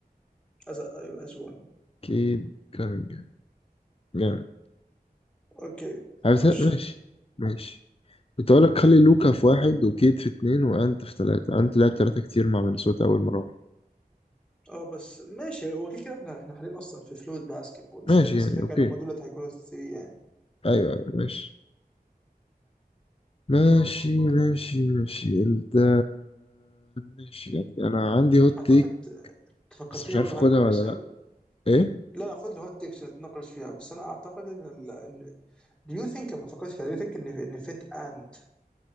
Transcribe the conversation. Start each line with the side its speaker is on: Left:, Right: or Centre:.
Centre: از از وان
Left: كيد كامينجهام جامد
Centre: اوكي
Left: عايز-
Centre: خش
Left: ماشي
Centre: انت
Left: ماشي كنت اقول لك خلي لوكا في واحد وكيت في اتنين وانت في تلاتة انت لعب تلاتة كتير مع مينيسوتا اول ما راح
Centre: اه بس ماشي هو كده كده احنا احنا حاليا اصلا في فلويد باسكت بول مش
Left: ماشي
Centre: تفرس
Left: يعني
Centre: الفكره
Left: اوكي
Centre: ان هم دول اللي هيكونوا الثري يعني
Left: ايوه ايوه ماشي ماشي ماشي ماشي ال- ده ماشي يعني انا عندي هوت
Centre: اعتقد
Left: تيك
Centre: فكرتني
Left: بس مش عارف
Centre: برضه
Left: اخدها
Centre: حاجه كويسه
Left: ولا
Centre: قوي
Left: لا ايه
Centre: لا لا خد الهوت تيكس نتناقش فيها بس انا اعتقد ان ال... ان دو يو ثينك لما فكرت فيها دو يو ثينك ان ان فيت انت